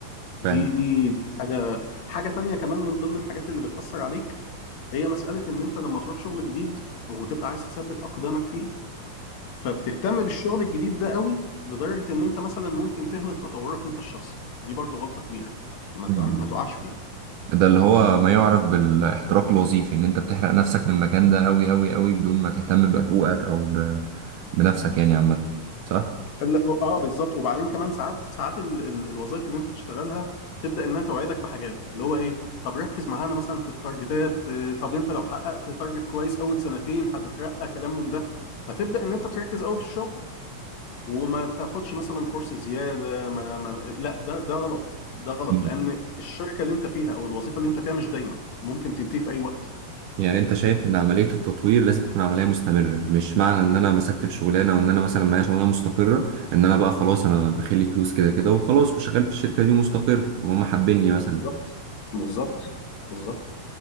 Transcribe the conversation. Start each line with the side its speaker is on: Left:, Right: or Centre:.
Left: دي
Right: فاهم
Left: دي حاجه حاجه تانية كمان من ضمن الحاجات اللي بتاثر عليك هي مسألة إن أنت لما تروح شغل جديد وتبقى عايز تثبت أقدامك فيه فبتهتم بالشغل الجديد ده قوي لدرجة إن أنت مثلا ممكن تهمل تطورك أنت الشخصي دي برضو غلطة كبيرة ما
Right: مم.
Left: تقع- ما تقعش فيها
Right: ده اللي هو ما يعرف بالاحتراق الوظيفي ان انت بتحرق نفسك من المكان ده قوي قوي قوي بدون ما تهتم بحقوقك او ب... بنفسك يعني عامة صح؟
Left: لا، اه بالظبط وبعدين كمان ساعات ساعات ال- ال- الوظائف اللي انت تشتغلها تبدا انها توعدك بحاجات اللي هو ايه طب ركز معانا مثلا في التارجتات آه، طب انت لو حققت تارجت كويس اول سنتين هتترقى كلام من ده فتبدا ان انت تركز قوي في الشغل وما تاخدش مثلا كورس زياده ما, ما لا ده ده غلط ده غلط
Right: مم.
Left: لان الشركه اللي انت فيها او الوظيفه اللي انت فيها مش دايمه ممكن تنتهي في اي وقت
Right: يعني انت شايف ان عملية التطوير لازم تكون عملية مستمرة مش معنى ان انا مسكت في شغلانة وان انا مثلا معايا شغلانة مستقرة ان انا بقى خلاص انا داخل لي فلوس كده كده وخلاص وشغال في الشركة دي مستقر وهم حابيني مثلا
Left: بالظبط بالظبط بالظبط